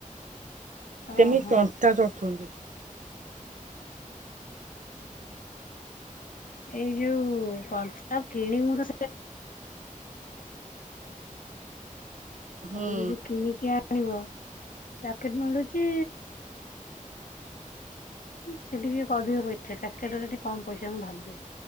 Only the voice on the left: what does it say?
ଓହୋ।
ଏଇ ଯୋଉ କଞ୍ଚା ଲୋକ
ତମେ ଯଦି କିଣିକି ଆଣିବ ପ୍ୟାକେଟ ମିଳୁଛି ଯେ ସେ ପକେଟରେ ଯଦି କମ୍ ପଇସା ମୁଁ ଭାବି